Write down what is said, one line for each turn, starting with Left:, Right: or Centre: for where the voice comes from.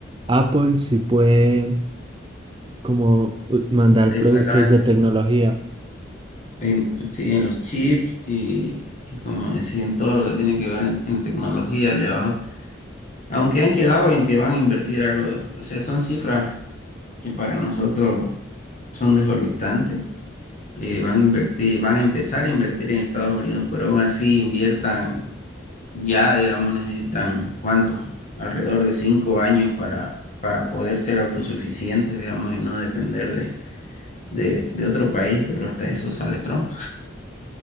Right: Apple sí puede como uh, mandar
Left: <laughs> Exactamente.
Right: productos de tecnología.
Left: En, sí, en los chips y, y como decía, en todo lo que tiene que ver en, en tecnología, le bajó Aunque han quedado en que van a invertir algo, o sea, son cifras que para nosotros son desorbitantes. Eh, van a invertir, van a empezar a invertir en Estados Unidos, pero aún así inviertan ya, digamos, necesitan cuántos, alrededor de cinco años para, para poder ser autosuficientes, digamos, y no depender de, de, de otro país, pero hasta eso sale Trump.